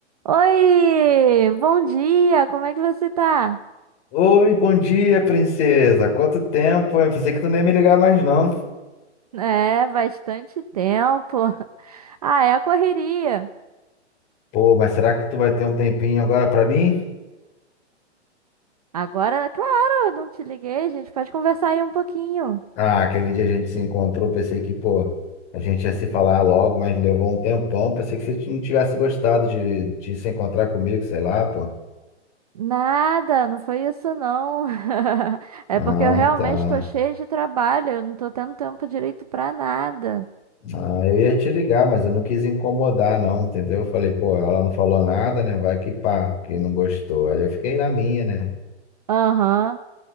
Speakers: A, on the right; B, on the left.
A: Oi, bom dia, como é que você tá?
B: Oi, bom dia, princesa. Quanto tempo? Eu pensei que tu nem ia me ligar mais não.
A: É, bastante tempo. <laughs> Ah, é a correria.
B: Pô, mas será que tu vai ter um tempinho agora pra mim?
A: Agora, claro, não te liguei, gente pode conversar aí um pouquinho.
B: Ah, aquele dia a gente se encontrou, pensei que, pô, a gente ia se falar logo, mas levou um tempão. Pensei que você não tivesse gostado de, de se encontrar comigo, sei lá, pô.
A: Nada, não foi isso não. <laughs> É
B: Ah,
A: porque eu realmente
B: tá.
A: tô cheia de trabalho, eu não tô tendo tempo direito pra nada.
B: Ah, eu ia te ligar, mas eu não quis incomodar, não, entendeu? Eu falei, pô, ela não falou nada, né? Vai que pá, que não gostou. Aí eu fiquei na minha, né?
A: Aham.